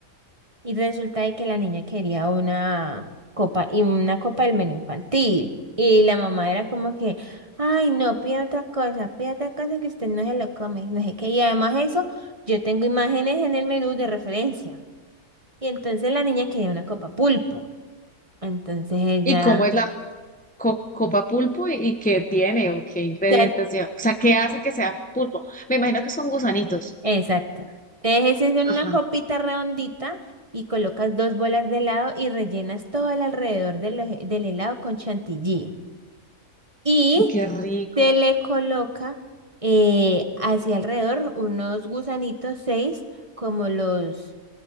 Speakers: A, on the right; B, in the centre.
A: y resulta de que la niña quería una copa y una copa del menú infantil y la mamá era como que, ay no, pida otra cosa, pida otra cosa que usted no se lo come, no sé qué, y además eso, yo tengo imágenes en el menú de referencia y entonces la niña quería una copa pulpo, entonces ella,
B: ¿Y cómo es la co- copa pulpo y, y qué tiene o qué ingredientes
A: o sea,
B: lleva? O sea, ¿qué hace que sea pulpo? Me imagino que son gusanitos.
A: Exacto. Entonces ese es en
B: Ajá.
A: una copita redondita y colocas dos bolas de helado y rellenas todo el alrededor del, eje- del helado con chantilly. Y
B: Uy, qué rico.
A: se le coloca eh, hacia alrededor unos gusanitos, seis, como los,